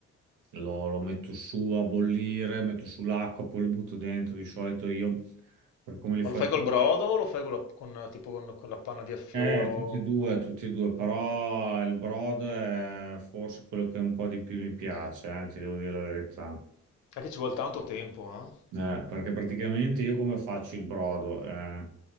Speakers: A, on the right (about 90°); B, on the left (about 70°).
A: Lo, lo metto su a bollire, metto su l'acqua, poi lo butto dentro. Di solito io, per come li
B: Ma
A: faccio,
B: lo fai col brodo o lo fai con la, con, tipo con, con la panna di affioro?
A: eh, tutti e due, tutti e due, però il brodo è forse quello che un po' di più mi piace, eh, ti devo dire la verità.
B: È che ci vuole tanto tempo, eh?
A: Eh, perché praticamente io come faccio il brodo? Eh,